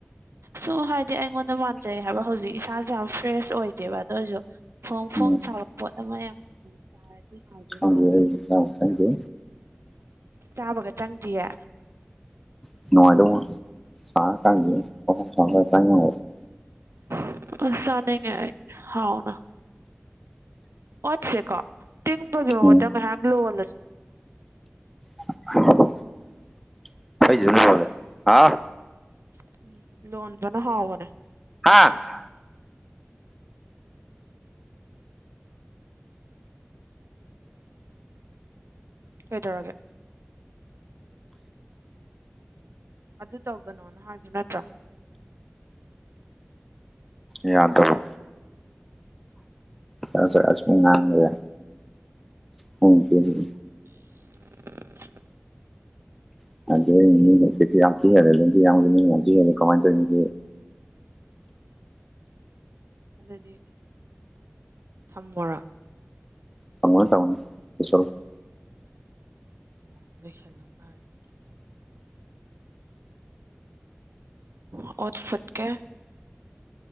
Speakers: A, on the right (about 80°); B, in the centre.
A: ꯁꯨꯝ ꯍꯥꯏꯗꯤ ꯑꯩꯉꯣꯟꯗ ꯃꯥꯟꯖꯩ ꯍꯥꯏꯕ ꯍꯧꯖꯤꯛ ꯏꯁꯥꯁꯦ ꯌꯥꯝ ꯐ꯭ꯔꯦꯁ ꯑꯣꯏꯗꯦꯕ ꯑꯗꯨ ꯑꯣꯏꯁꯨ ꯐꯣꯡ
B: ꯎꯝ
A: ꯐꯣꯡ ꯁꯥꯕ ꯄꯣꯠ ꯑꯃ ꯌꯥꯝ ꯄꯥ ꯆꯥꯔꯗꯤ ꯍꯥꯎꯗꯣꯏ
B: ꯍ
A: ꯃꯥꯜꯂꯦ
B: ꯆ ꯊꯖꯦ
A: ꯆꯥꯕꯒ ꯆꯪꯗ꯭ꯌꯦ
B: <unintelligible>
A: <unintelligible> ꯆꯥꯅꯤꯡꯉꯦ ꯑꯩ ꯍꯥꯎꯅ ꯑꯣꯠꯁꯦꯀꯣ ꯇꯤꯡꯕꯒꯤ ꯃꯍꯨꯠꯇ
B: ꯎꯝ
A: ꯉꯥꯏꯍꯌꯛ ꯂꯣꯜꯂ
B: <unintelligible> ꯑꯩꯗꯤ ꯑꯗꯨꯝ ꯂꯣꯜꯂꯦ ꯍꯥꯎ
A: <unintelligible> ꯂꯣꯟꯕꯅ ꯍꯥꯎꯕꯅꯦ
B: ꯍꯥꯥ
A: ꯀꯩꯗꯧꯔꯒꯦ꯫ ꯑꯗꯨ ꯇꯧꯒꯅꯣꯅ ꯍꯥꯏꯕ ꯅꯠꯇ꯭ꯔ꯫
B: ꯌꯥꯗꯕꯔꯣ ꯆꯒꯠ ꯆꯒꯠ ꯁꯨꯝ ꯉꯥꯡ ꯂꯩꯔꯦ <unintelligible>
A: <unintelligible>
B: <unintelligible>
A: ꯑꯗꯨꯗꯤ ꯊꯝꯃꯣꯔ꯫
B: <unintelligible>
A: <unintelligible> ꯑꯣꯠꯁ ꯐꯨꯠꯀꯦ